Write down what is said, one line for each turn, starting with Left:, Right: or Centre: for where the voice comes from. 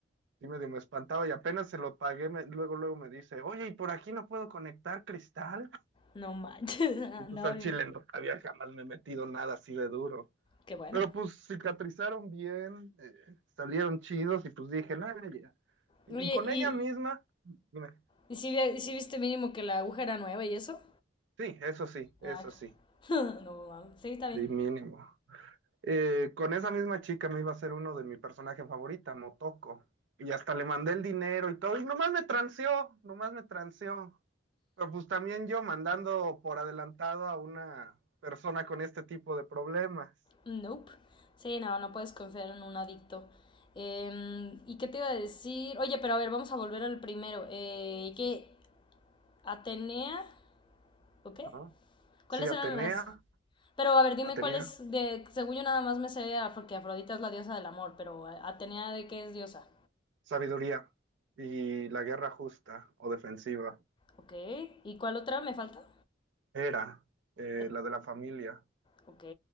Right: Y medio me espantaba y apenas se lo pagué, me- luego, luego me dice, oye, ¿y por aquí no puedo conectar cristal?
Left: No manches. <laughs>
Right: Y pues
Left: Andaba
Right: al
Left: bien.
Right: chile no había jamás me metido nada así de duro.
Left: Qué bueno.
Right: Pero pues cicatrizaron bien, eh, salieron chidos y pues dije, no, ya". Y
Left: Oye,
Right: con
Left: ¿y,
Right: ella misma, dime.
Left: y si, vi- y si viste mínimo que la aguja era nueva y eso?
Right: Sí, eso sí, eso
Left: Ah,
Right: sí,
Left: <laughs> no mames. Sí, está bien.
Right: sí, mínimo. Eh, con esa misma chica me iba a ser uno de mi personaje favorita, Motoko. Y hasta le mandé el dinero y todo, y nomás me transeó, nomás me transeó. Pero pues también yo mandando por adelantado a una persona con este tipo de problemas,
Left: Nope. Sí, no, no puedes confiar en un adicto. Em, ¿y qué te iba a decir? Oye, pero a ver, vamos a volver al primero. Eh, ¿Qué? ¿Atenea? ¿O qué?
Right: ¿no?
Left: ¿Cuáles
Right: Sí, Atenea,
Left: eran las...? Pero a ver, dime
Right: Atenea,
Left: cuál es, de, según yo nada más me sé porque Afrodita es la diosa del amor, pero Atenea de qué es diosa.
Right: sabiduría y la guerra justa o defensiva
Left: Ok, ¿y cuál otra me falta?
Right: era eh,
Left: Eh,
Right: la de la familia.
Left: ok,